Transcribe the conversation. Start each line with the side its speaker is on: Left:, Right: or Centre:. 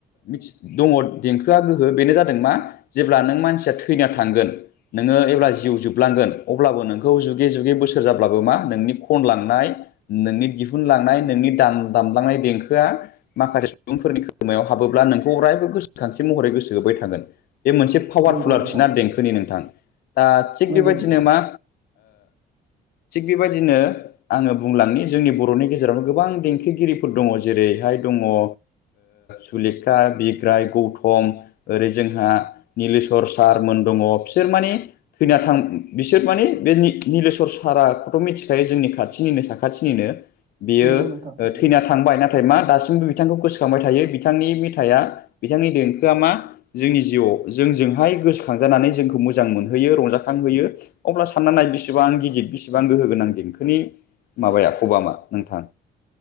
Left: मिथि दङ देंखोआ गोहो बेनो जादों मा जेब्ला नों मानसिया थैना थांगोन नोंङो एब्ला जिउ जोबलांगोन अब्लाबो नोंखौ जुगे जुगे बोसोर जाब्लाबो मा नोंनि खनलांनाय नोंनि दिहुनलांनाय नोंनि दाम दामलांनाय देंखोआ माखासे सुबुंफोरनि खोमायाव हाबोब्ला नोंखौ अरायबो गोसोखानथि महरै गोसो होबाय थागोन बेे मोनसे पावारफुल
Right: नंगौ
Left: आरोखि
Right: नोंथां
Left: ना देंखोनि नोंथां दा थिग
Right: नंगौ
Left: बेबायदिनो
Right: नोंथां
Left: मा थिग बेबायदिनो आंङो बुंलांनो जोंनि बर'नि गेजेरावनो गोबां देंखोगिरिफोर दंङो जेरैहाय दंङो सुलेखा बिग्राय गौथम ओरै जोंहा निलेशवर सारमोन दंङो बिसोर माने थैना थां बिसोर माने बे निलेस्वर साराखौथ' मिथिखायो जोंनि खाथिनिनो साखाथि निनो बियो
Right: नंगौ नोंथां थारैनो
Left: थैना थांबाय ना नाथाय मा दासिमबो बिथांखौ गोसोखांबाय थायो बिथांनि मेथाइआ बिथांनि देंखोआ मा जोंनि जिउआव जोंजोंहाय गोसोखांजानानै जोंखौ मोजां मोनहोयो रंजाखांहोयो अब्ला साननानै नाय बेसेबां गिदिर बेसेबां गोहोगोनां देंखोनि माबाया खबामा नोंथां